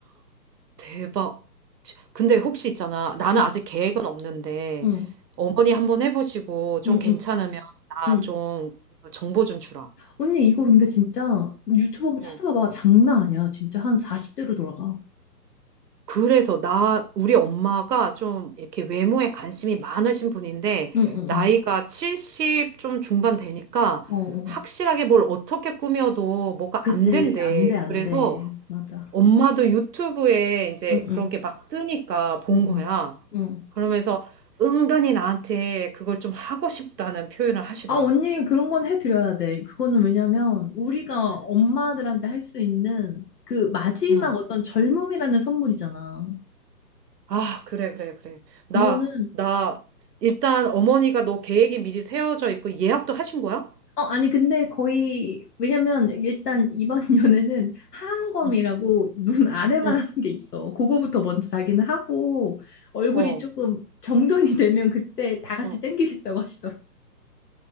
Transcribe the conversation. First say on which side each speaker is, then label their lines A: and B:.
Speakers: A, on the right; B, on the left.
A: 대박. 치- 근데 혹시 있잖아. 나는
B: 응.
A: 아직 계획은 없는데,
B: 응,
A: 어머니 한번 해보시고, 좀
B: 응,
A: 괜찮으면
B: 응,
A: 나좀
B: 응.
A: 그 정보 좀 주라.
B: 언니, 이거 근데 진짜 유튜브 한번
A: 응.
B: 찾아봐봐. 장난 아니야. 진짜 한 40대로 돌아가.
A: 그래서 나, 우리 엄마가 좀 이렇게 외모에 관심이 많으신 분인데,
B: 응, 응,
A: 나이가
B: 응.
A: 70 좀 중반 되니까,
B: 어, 어.
A: 확실하게 뭘 어떻게 꾸며도 뭐가
B: 그치.
A: 안 된대.
B: 안 돼, 안
A: 그래서
B: 돼. 맞아.
A: 엄마도 유튜브에 이제
B: 응, 응,
A: 그런 게 막 뜨니까 본
B: 응,
A: 거야.
B: 응. 응.
A: 그러면서 은근히 나한테 그걸 좀 하고 싶다는 표현을 하시더라.
B: 아, 언니, 그런 건 해드려야 돼. 그거는 왜냐면, 우리가
A: 음.
B: 엄마들한테 할 수 있는 그 마지막
A: 응.
B: 어떤 젊음이라는 선물이잖아.
A: 아, 그래, 그래, 그래. 나,
B: 이거는,
A: 나, 일단 어머니가 너 계획이 미리 세워져 있고 예약도 하신 거야?
B: 어, 아니, 근데 거의, 왜냐면, 일단 이번 <laughs> 연애는 하안검이라고
A: 응,
B: 눈 아래만
A: 응.
B: 하는 게 있어. 그거부터 먼저 자기는 하고, 얼굴이
A: 어,
B: 조금 정돈이 되면 그때 다 같이
A: 어.
B: 땡기겠다고 하시더라고.